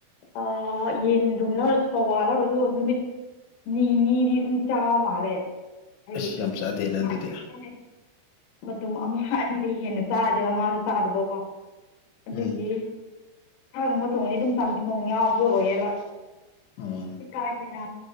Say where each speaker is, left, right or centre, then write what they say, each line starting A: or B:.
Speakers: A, on the left; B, on the left.
A: ꯑꯥ ꯌꯦꯟꯗꯨꯝ ꯂꯧꯔꯁꯨ ꯄꯋꯥ ꯂꯧꯔꯁꯨ ꯅꯨꯃꯤꯠ ꯅꯤꯅꯤꯗꯤ ꯑꯗꯨꯝ ꯆꯥ ꯃꯥꯜꯂꯦ ꯍꯥꯏꯗꯤ
B: ꯑꯁ ꯌꯥꯝ ꯆꯥꯗꯦꯅ
A: <unintelligible>
B: ꯑꯗꯨꯗꯤ
A: ꯃꯇꯨꯝ ꯑꯃꯨꯛ ꯑꯅꯤꯗꯩ ꯍꯦꯟꯅ ꯆꯥꯗꯦꯕ ꯃꯥꯁꯨ ꯆꯥꯗꯕꯀꯣ ꯑꯗꯨꯒꯤ
B: ꯎꯝ
A: ꯁꯥꯒꯨꯝꯕ ꯊꯣꯡꯉꯗꯤ ꯑꯗꯨꯝ ꯆꯝꯊꯣꯡ ꯌꯥꯎꯕ ꯑꯣꯏꯌꯦꯕ
B: ꯑꯣ
A: ꯏꯀꯥꯏꯗꯦꯅ